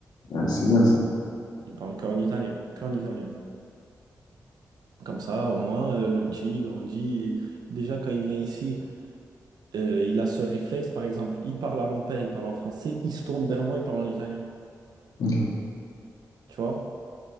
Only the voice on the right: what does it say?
Il lui parle qu'en italien, qu'en italien. Comme ça, au moins, euh, le petit, il grandit. Et Déjà, quand il vient ici, euh, il a ce réflexe, par exemple, il parle à mon père, il parle en français, il se tourne vers moi, il parle en italien.
Tu vois?